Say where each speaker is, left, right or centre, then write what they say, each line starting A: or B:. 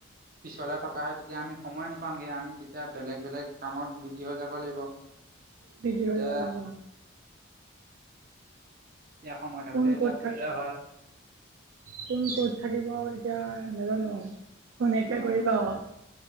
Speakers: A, on the right; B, on the right.
A: পিছলে থকা হয় তেতিয়া আমি সময়ে নাপামগৈ, আমি তেতিয়া বেলেগ বেলেগ কামত বিজি হৈ যাব লাগিব। <inaudible>
B: বিজি
A: এতিয়া
B: হয় যাব লাগিব।
A: এতিয়া সময় থাকোঁতে
B: কোন
A: এইবিলাক
B: ক'ত থাক
A: কৰি লোৱা ভাল।
B: কোন ক'ত থাকিব তেতিয়া নাজানো আৰু ফোনকে
A: অঁ
B: কৰিবা আও।